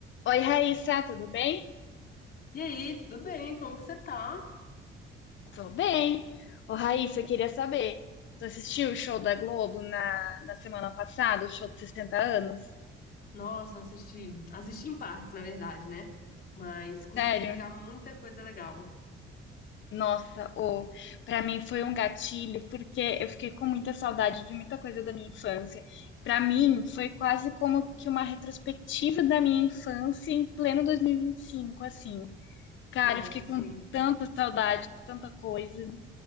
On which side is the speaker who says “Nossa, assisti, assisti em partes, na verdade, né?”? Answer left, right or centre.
Left